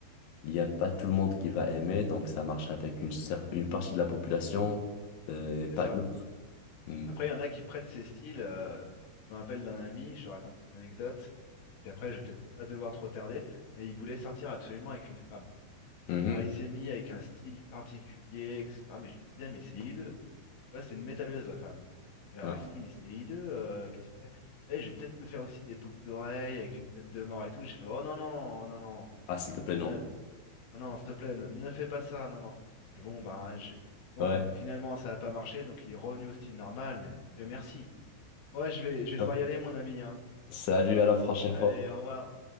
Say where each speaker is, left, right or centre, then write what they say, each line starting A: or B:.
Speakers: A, on the left (about 75°); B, on the left (about 50°).
A: il n'y a pas tout le monde qui va aimer, donc ça marche avec une, cer- une partie de la population euh, et pas
B: C'est ça.
A: une autre. Hmm.
B: Après, il y en a qui prennent ces styles. euh, Je me rappelle d'un ami, je te raconte cette anecdote, puis après, je vais peut-être pas devoir trop tarder, mais il voulait sortir absolument avec une femme.
A: Mhm.
B: Alors, il s'est mis avec un style particulier, etc. Mais je lui disais, mais c'est hideux. Tu vois, c'est une métalleuse, la femme. Et euh,
A: Ouais.
B: je dis, mais c'est hideux, euh, qu'est-ce que tu fais? Il me fait, je vais peut-être me faire aussi des boucles d'oreilles avec une tête de mort et tout. Je fais, oh non, non, oh non, non,
A: Ah, s'il te plaît, non.
B: ne, non, non, s'il te plaît, ne, ne fais pas ça, non, non. Et bon, bah, je- bon,
A: Ouais.
B: finalement, ça n'a pas marché, donc il est revenu au style normal, mais Dieu merci. Ouais, je vais, je vais
A: Ciao.
B: devoir y aller, mon ami, hein.
A: Salut, à la prochaine
B: Allez,
A: fois.
B: au revoir.